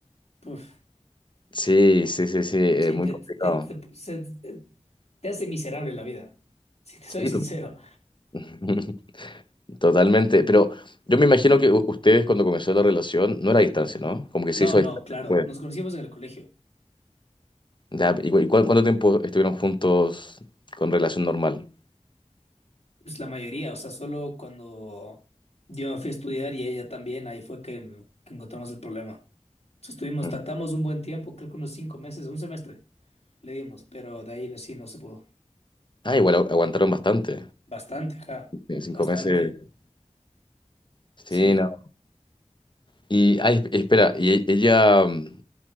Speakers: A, on the left; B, on the left.
A: puf,
B: sí, sí, sí, sí, es
A: sí,
B: muy
A: te,
B: complicado.
A: te, te, se- te hace miserable la vida, si te soy
B: Sí,
A: sincero.
B: tú- <laughs> Totalmente, pero yo me imagino que u- ustedes cuando comenzó la relación no era a distancia, ¿no? Como que se
A: No,
B: hizo a
A: no,
B: distancia
A: claro,
B: después.
A: nos conocimos en el colegio.
B: Ya, ¿y, cu- y cu- cuánto tiempo estuvieron juntos con relación normal?
A: Pues la mayoría, o sea, solo cuando yo me fui a estudiar y ella también, ahí fue que, que encontramos el problema. Entonces estuvimos,
B: Mm.
A: tratamos un buen tiempo, creo que unos cinco meses, un semestre le dimos, pero de ahí sí no se pudo.
B: Ah, igual agu- aguantaron bastante,
A: Bastante, ajá,
B: en cinco
A: bastante.
B: meses. Sí,
A: Sí,
B: no. Y, ay, esp- espera, ¿y e- ella mm,